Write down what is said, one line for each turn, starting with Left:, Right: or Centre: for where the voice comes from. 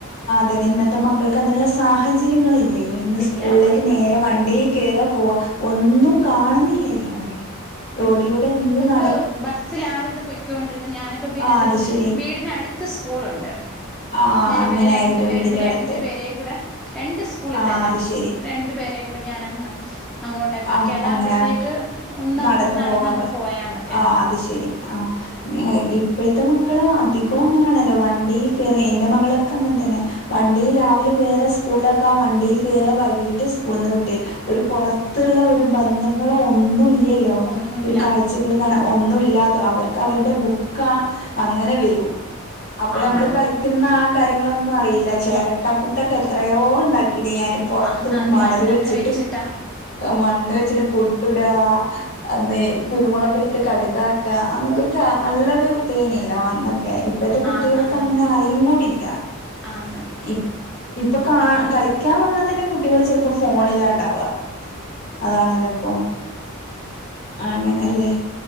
Left: അതെ നിന്നത്തെ മക്കൾ ക്ക് അതിനുള്ള സാഹചര്യങ്ങളല്ലല്ലോ? ഇന്ന് സ്കൂളിലേക്ക്
Centre: ഇല്ല ആന്ന്
Left: നേരെ വണ്ടിയിൽ കേറുക പോക ഒന്നും കാണുന്നില്ലല്ലോ വള റോഡിലൂടെ എന്ത് നട
Centre: മ്പ് ബസ്സിലായിരുന്നു പൊയ്ക്കൊണ്ടിരുന്നത് ഞാനിപ്പോ പിന്നെ
Left: ആഹ്
Centre: എന്തേയ്ത്
Left: അത് ശരി
Centre: വീടടുത്ത പത്ത് സ്കൂളുണ്ട്.
Left: ആഹ്
Centre: അന്നേരം
Left: അങ്ങനായിരുന്നു
Centre: പിന്നെ രണ്ട് പേരുണ്ട്
Left: വീടിന്റെ അടുത്ത്
Centre: രണ്ട് പേരെയും കൂടെ രണ്ട് സ്കൂളിൽ
Left: ആഹ്
Centre: തന്നെയ
Left: അത് ശരി
Centre: രണ്ട് പേരെയും കൂടെ ഞാനങ് അങ്ങോട്ട് ട്ടങ്ങക്കെഏതാകുമ്പോഴത്തേക്ക്
Left: അ അങ്ങനെ ആക്കി
Centre: ഒന്ന്
Left: നടന്നു
Centre: അങ്ങോട്ട് നടന്നങ്ങ്
Left: പോകാൻ പ
Centre: പോയാൽ മതി
Left: ആ
Centre: ആഹ്
Left: അത് ശരി ആ ഇപ്പോഴത്തെ മക്കള് അധികവും അങ്ങനെയാണല്ലോ വണ്ടിയിൽ കേറുവാ എന്റെ മകളൊക്കെ അങ്ങനെ തന്നെ വണ്ടിയിൽ രാവിലെ കേയറ സ്കൂളിലൊക്കെ വണ്ടിൽ കയറ വൈകട്ട് സ്കൂളിൽ നിന്ന് വിട്ടേ ഒരു പുറ ത്തുള്ള ഒരു ബന്ധങ്ങളോ ഒന്നു ല്ലല്ലോ
Centre: ഒന്നുമില്ല
Left: ഒരു കാഴ്ചകൾ കാണ ഒന്നും ഇല്ലാതോ അവർക്ക്. അവരുടെ ബുക്കാ അങ്ങനെ വരും അപ്പൊ
Centre: ആ
Left: നമ്മള് കളിക്കുന്ന ആ കാര്യങ്ങളൊന്നും അറിയില്ല ചിരട്ടപ്പുട്ടൊക്കെ എത്രയോ ഉണ്ടാ ക്കിന്നെ ഞാൻ പറ്റത്ത്
Centre: ആന്ന് ആന്ന്
Left: മണൽ
Centre: മണ്ണൊക്കെ
Left: വെച്ചിട്ട്
Centre: വെച്ചിട്ടാ
Left: മണ്ണ് വെച്ചിട്ട് പുട്ടുടാ അന്നേ കുരുമുളക് എടു കടുക്കക അനോക്കെ നല്ലൊരു ഇതേനല്ലോ അന്നേ കെ ഇപ്പഴത്തെ കുട്ടികൾക്ക്
Centre: ആന്ന് ആന്ന്
Left: അങ്ങനെ അറിയ കൂടില്ല
Centre: ആന്ന്
Left: ഈ ഇപ്പൊ ക കളിക്കാൻ വന്നാൽ തന്നെ കുട്ടികൾ ചിലപ്പോ ഫോണിലാ ഉണ്ടാവുക ക അതാണല്ലേ ഇപ്പൊ അങ്ങനെല്ലേ